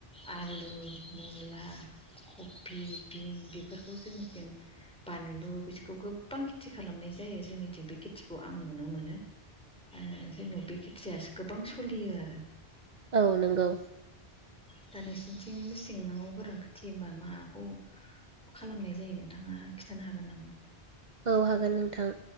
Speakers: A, in the centre; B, on the right (about 45°).
A: आलु मुला कफि बिन बेफोरखौ जोंजों बानलु बिसोरखौ गोबां खेथि खालामनाय जायो जोंनिथिं बे खेथिखौ आं नुनो मोनो। आरो जोंनियाव बे खेथियाो गोबां सोलियो आरो।
B: औ नंगौ
A: दा नोंसिनिथिंनि नोंनाव गोरोनथि होमबा माखौ खालामनाय जायो नोंथाङा खिन्थानो हागोन नामा?
B: औ हागोन नोंथां।